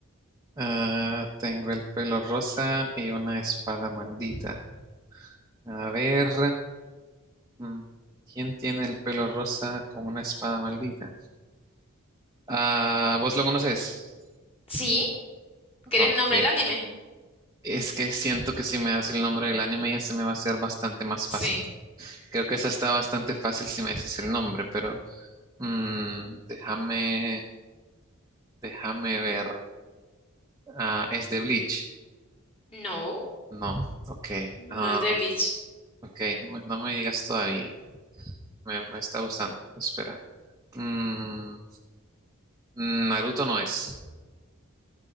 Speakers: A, on the right (about 15°); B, on the left (about 25°).
A: Ah, tengo el pelo rosa y una espada maldita. A ver, mm, ¿quién tiene el pelo rosa con una espada maldita? Ah, ¿vos lo conoces?
B: Sí, ¿querés
A: Ok.
B: el nombre del anime?
A: Es que siento que si me das el nombre del anime ya se me va a hacer bastante más
B: Sí.
A: fácil. Creo que esa está bastante fácil si me decís el nombre, pero mm, déjame, déjame ver. Ah, ¿es de Bleach?
B: No,
A: No. Ok.
B: no
A: Ah,
B: es de Bleach.
A: ok, no me, no me digas todavía. Me, me está gustando. Espera. Mm, Naruto no es.